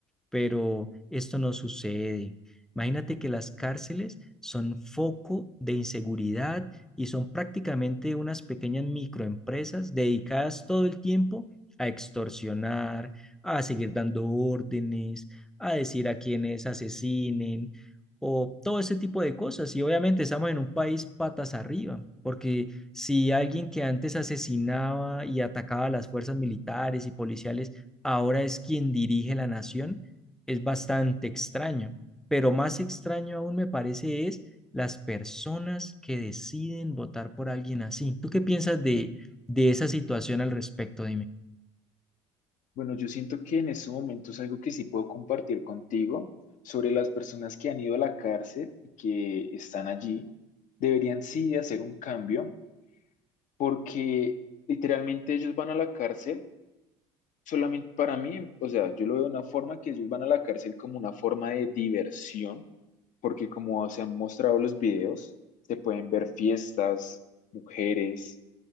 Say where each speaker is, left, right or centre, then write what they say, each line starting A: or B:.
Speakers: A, in the centre; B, on the left.
A: pero esto no sucede. Imagínate que las cárceles son foco de inseguridad y son prácticamente unas pequeñas microempresas dedicadas todo el tiempo a extorsionar, a seguir dando órdenes, a decir a quienes asesinen o todo ese tipo de cosas. Y obviamente estamos en un país patas arriba, porque si alguien que antes asesinaba y atacaba a las fuerzas militares y policiales ahora es quien dirige la nación, es bastante extraño, pero más extraño aún me parece es las personas que deciden votar por alguien así. ¿Tú qué piensas de, de esa situación al respecto?
B: Bueno, yo siento que en estos momentos algo que sí puedo compartir contigo sobre las personas que han ido a la cárcel y que están allí, deberían sí hacer un cambio porque literalmente ellos van a la cárcel solamente para mí, o sea, yo lo veo de una forma que ellos van a la cárcel como una forma de diversión, porque como se han mostrado los videos, se pueden ver fiestas, mujeres,